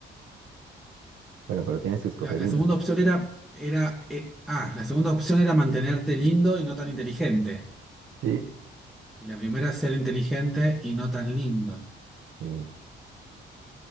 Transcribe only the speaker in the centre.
la, la
segunda opción era, era eh, ah, la segunda opción era mantenerte lindo y no tan inteligente.
Y la primera, ser inteligente y no tan lindo.